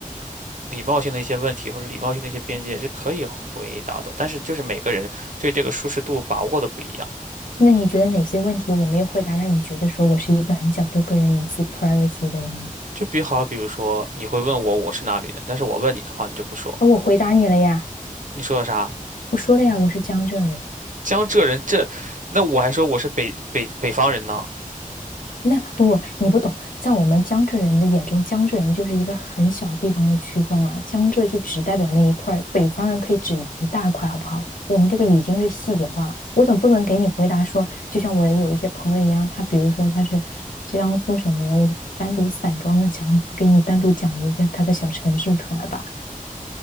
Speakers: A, on the right (about 65°); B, on the left (about 70°).
A: 礼貌性的一些问题，或者礼貌性的一些边界是可以回答的，但是就是每个人对这个舒适度把握的不一样。
B: 那你觉得哪些问题我没有回答，让你觉得说我是一个很讲究个人隐私 （privacy） 的人？
A: 就比好，比如说你会问我我是哪里人，但是我问你的话，你就不说，
B: 那我回答你了呀，
A: 你说的啥？
B: 我说了呀，我是江浙人。
A: 江浙人这，那我还说我是北北北方人呢。
B: 那不不，你不懂，在我们江浙人的眼中，江浙人就是一个很小地方的区分了。江浙就只代表那一块儿北方人可以指一大块，好不好？我们这个已经是细节化了。我总不能给你回答说，就像我有一些朋友一样，他比如说他是江苏省的人，我单独散装的江苏，给你单独讲一个他的小城市出来吧。